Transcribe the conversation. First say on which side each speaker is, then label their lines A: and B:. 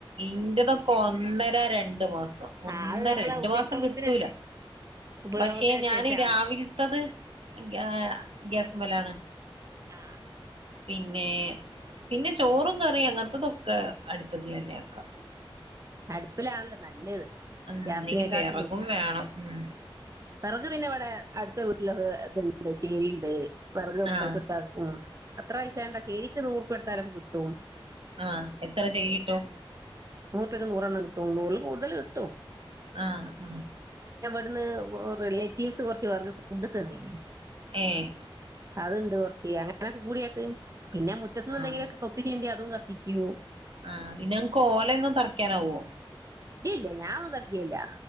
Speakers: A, on the right (about 80°); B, on the right (about 35°).
A: ഇന്റോതൊക്ക ഒന്നര രണ്ടു മാസം ഒന്നര
B: ആ അത് നമ്മളെ
A: രണ്ടു
B: ഉപയോഗത്തിന്
A: മാസം കിട്ടൂല
B: ഉപയോഗത്തിനനുസരിച്ചാണ്
A: പക്ഷെ ഞാന് രാവിലത്തത് ഗ്യാ ഗ്യാസ് മലാണ്
B: ആ
A: പിന്നെ പിന്നെ ചോറും കറിയും അങ്ങനത്തതൊക്കെ അടുപ്പത്തിൽ തന്നെയാണ് ക്ക
B: അടുപ്പിലാണല്ലോ നല്ലത്
A: ഉം
B: ഗ്യാസിനെ
A: ഇനി
B: കാട്ടിലും
A: വിറകും വേണം ഉം
B: വെറക് പിന്ന ഇവിടെ അടുത്ത വീട്ടിലൊക്കെ ഇത്ണ്ട് ചേരി ഇണ്ട് വെറക്
A: ആഹ്
B: പൈസകൊടുത്തമതി ഉം അത്ര പൈസ വേണ്ട ചേരിക്ക് നൂറുപ്പിക കൊടു വെറക് കിട്ടും
A: ആ എത്ര ചെകിരി കിട്ടും
B: <unintelligible> ക്ക് നൂറണ്ണം കിട്ടും നൂറിൽ കൂടുതല് കിട്ടും
A: ആ ആ
B: അവിടന്ന് റിലേറ്റീവ്സ് കുറച്ച് പേർക്ക് ഫുഡ്‌ തന്നിനി
A: ഏഹ്
B: അത്ണ്ട് കുറച്ച് അങ്ങനൊക്കെ കൂടിയാട്ട് പിന്ന മുറ്റത്ത്ന്ന് എന്തെങ്കിലു
A: ആഹ്
B: ഒക്കെ കൊത്തി ചീന്തി അ അതും കത്തിക്കും
A: ആഹ് പിന്ന അങ്ങക്ക് ഓലേന്നും തറയ്ക്കാനാവോ
B: ഇല്ല ഞാനൊന്നും തറയ്ക്കില്ല